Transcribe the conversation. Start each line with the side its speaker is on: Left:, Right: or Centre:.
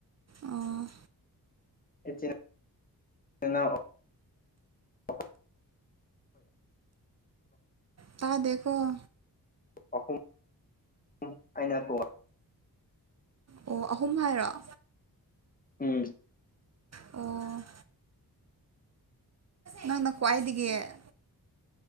Right: ꯑꯣ
Left: ꯏꯆꯤꯟ ꯏꯅꯥꯎ <unintelligible>
Right: ꯇꯥꯗꯦꯀꫭ
Left: ꯑꯍꯨꯝ ꯑꯨꯝ ꯑꯩꯅ ꯑꯇꫭ
Right: ꯑꯣ ꯑꯍꯨꯝ ꯍꯥꯏꯔꫭ
Left: ꯎꯝ
Right: ꯑꯣ ꯅꯪ ꯅ ꯀꯋꯥꯥꯏꯗꯒꯤꯗꯒꯤ